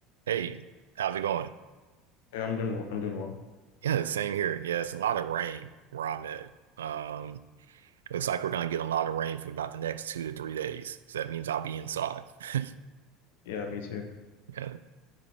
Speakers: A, on the right; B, on the left.
A: Hey, how's it going?
B: Yeah, I'm doing I'm doing well.
A: Yeah, the same here. Yeah, it's a lot of rain where I'm at. Um, looks like we're gonna get a lot of rain for about the next two to three days. So that means I'll be inside. <laughs>
B: Yeah, me too.
A: Yeah,